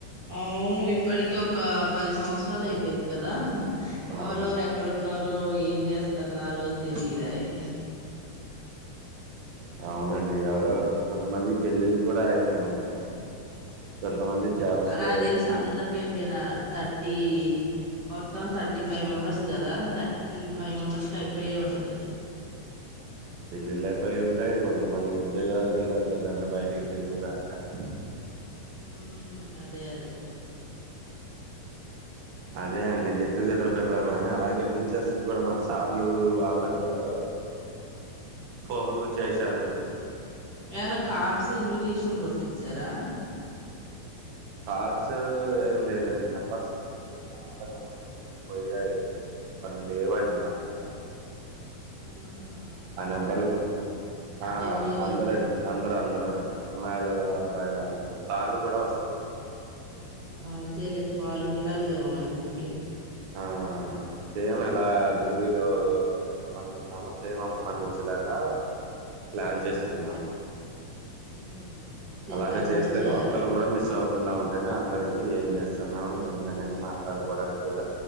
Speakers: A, on the right; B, on the right.
A: అవును ఇప్పటకె ఒక పది సంవత్సరాలు అయిపోయింది కదా
B: ఆ
A: ఎవరెవరు ఎక్కడ ఉన్నారు ఏం చేస్త వస్తన్నారు తెలిదాయే
B: అవునండి ఎవరెవరికి కొంతమంది పెళ్ళిళ్ళలు కూడా అయినాయి అంటారు కొంతమంది జాబ్స్ కి
A: నాకి తెలిసి అందర కైపోయినాల తట్ థర్టీ మొత్తం థర్టీ ఫైవ్ మెంబర్స్ కదా థర్టీ ఫైవ్ మెంబర్స్కి అయిపోయే ఉంటది
B: పెళ్ళిళ్ళపోయి ఉంటాయి కొంతమంది ఉద్యోగాలకి వెళ్ళారు కదా అంటే బయటికి కూడా చాలా
A: హ్మ్ అదే అదే
B: అదే అండి గెట్ టుగెదర్ పెడదామని అలాగే టీచర్స్ కూడా మన సార్లు వాళ్ళకు కూడా ఫోన్లు చేసారు
A: ఏమైనా కార్డ్స్ ఇన్విటేషన్ కొట్టిచ్చారా
B: కార్డ్స్ ఏం లేదండి నెంబర్స్ మన వాల్ల నెంబర్స్ కొన్ని పోయాయి కొన్ని లేవండి మా దగ్గర
A: హ్మ హు
B: ఆ నెంబర్లు ఆ
A: మీ వరకే
B: అందరండి
A: ఆ
B: అందరు అందరం అమ్మాయిలు అబ్బాయిలు అందరూ సార్లు కూడా వస్తారు
A: ఆ అంతేలే వాళ్ళు ఉండాలి కదా మనకి ముఖ్యం
B: ఆ సేమ్ ఎలా డిగ్రీలో ఎంతమంది ఉన్నామో సేమ్ అంత మంది వచ్చేలాగా ప్లాన్ చేస్తున్నాము.
A: మ్మ్ అంతే
B: అలాగ
A: అలానే
B: చేస్తేనే
A: చేయాలి
B: ఒక్కళ్లు కూడా మిస్ అవ కుండా ఉంటేనే అందరికి ఏం చేస్తున్నాం ఏంద అనేది మాట్లాడుకోవడానికి కూడా